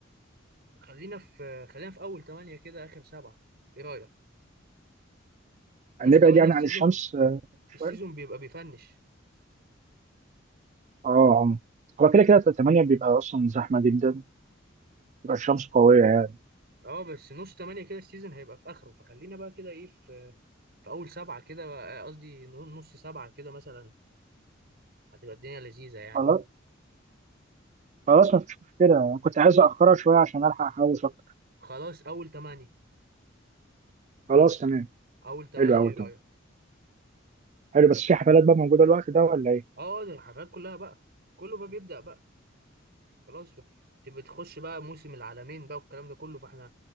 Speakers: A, on the right (about 55°); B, on the right (about 35°).
A: خلينا في خلينا في اول 8 كده اخر 7 ايه رايك نص
B: نبعد
A: 8
B: يعني
A: في
B: عن
A: سيزون
B: الشمس آه، شوية
A: السيزون بيبقى بيفنش
B: اه اه. هو كده كده تمانية بيبقى أصلا زحمة جدا بتبقى الشمس قوية يعني
A: اه بس نص تمانية كده السيزون هيبقى في اخره فخلينا بقى كده ايه في, في اول سبعة كده آه، قصدي نص سبعة كده مثلا هتبقى الدنيا لذيذة يعني
B: خلاص خلاص مفيش مشكلة أنا كنت عايز أأخرها شوية عشان ألحق أحوش أكتر
A: خلاص اول تمانية
B: خلاص تمام
A: اول تمانية
B: حلو أوي
A: ايه رأيك
B: تمام حلو بس في حفلات بقى موجودة الوقت ده ولا إيه؟
A: اه ده الحفلات كلها بقى كله بقى بيبدأ بقى خلاص بقى بتبقى تخش بقى موسم العالمين بقى والكلام ده كله فاحنا